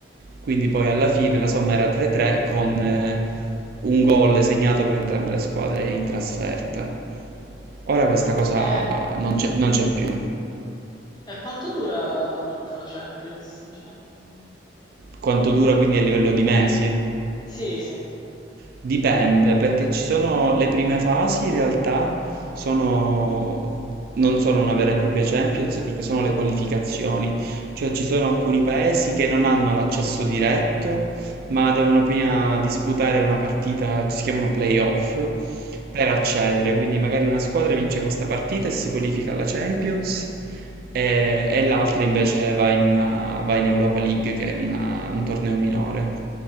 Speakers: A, on the right; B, on the left.
A: Quindi poi alla fine la somma era 3-3 con eh, un gol segnato per entrambe le squadre in trasferta. Ora questa cosa
B: E,
A: non c'è non c'è più.
B: e quanto dura tutta la Champions, diciamo?
A: Quanto dura quindi a livello di mesi?
B: Sì, sì.
A: Dipende, perché ci sono le prime fasi in realtà sono non sono una vera e propria Champions perché sono le qualificazioni, cioè ci sono alcuni paesi che non hanno l'accesso diretto ma devono prima disputare una partita, si chiamano playoff, per accedere. Quindi magari una squadra vince questa partita e si qualifica alla Champions e, e l'altra invece va in, una- va in Europa League, che è una- un torneo minore.